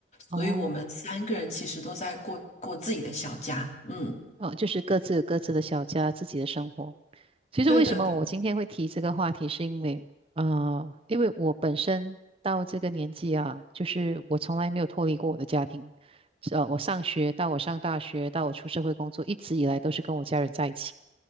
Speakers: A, on the right (about 30°); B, on the left (about 40°).
A: 哦
B: 所以我们三个人其实都在过过自己的小家。嗯，
A: 哦，就是各自有各自的小家，自己的生活。其实为什么我今天会提这个话题，
B: 对的，对的，
A: 是因为呃，因为我本身到这个年纪啊，就是我从来没有脱离过我的家庭。呃，我上学到我上大学到我出社会工作，一直以来都是跟我家人在一起。